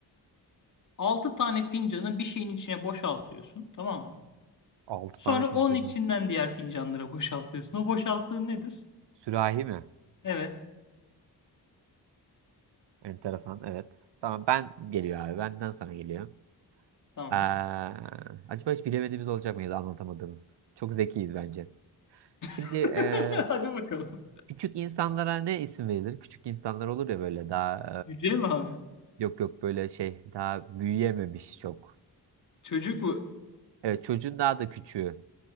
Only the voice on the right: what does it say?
6
tane fincanı.
Sürahi mi?
Enteresan. Evet. Tamam ben geliyor abi. Benden sana geliyor.
Ee, acaba hiç bilemediğimiz olacak mıydı anlatamadığımız? Çok zekiyiz bence. Şimdi
e,
küçük insanlara ne isim verilir? Küçük insanlar olur ya böyle daha
e, yok yok böyle şey daha büyüyememiş çok.
Evet çocuğun daha da küçüğü.